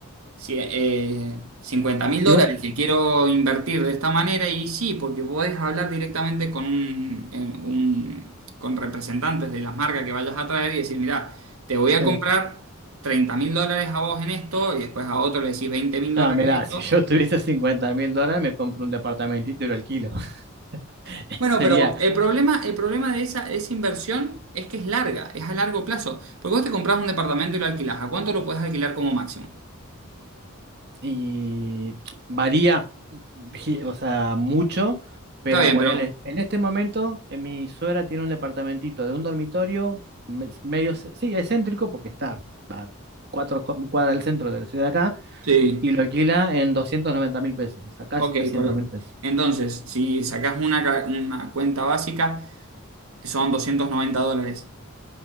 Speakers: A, on the right; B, on the right.
A: cincuenta mil
B: ¿Y
A: dólares
B: vos?
A: que quiero invertir de esta manera, y sí, porque podés hablar directamente con un, en un- con representantes de las marcas que vayas a traer y decir, mirá, te voy a
B: Sí.
A: comprar treinta mil dólares a vos en esto, y después a otro le decís veinte mil dólares
B: No, mirá,
A: en esto,
B: si yo tuviese cincuenta mil dólares, me compro un departamentito y lo alquilo. <laughs>
A: Bueno,
B: Sería,
A: pero el problema, el problema de esa, esa inversión es que es larga, es a largo plazo. Porque vos te compras un departamento y lo alquilás. ¿A cuánto lo puedes alquilar como máximo?
B: Y varía, gi- o sea, mucho,
A: Está
B: pero
A: bien,
B: ponele,
A: pero...
B: en este momento eh, mi suegra tiene un departamentito de un dormitorio, me- medio, ce- sí, es céntrico porque está cuatro cu- cuadras del centro de la ciudad acá,
A: Sí,
B: y lo alquila en doscientos noventa mil pesos, o sea, casi
A: ok.
B: trescientos
A: por-
B: mil pesos.
A: Entonces, si sacás una, ca- una cuenta básica, son 290 dólares.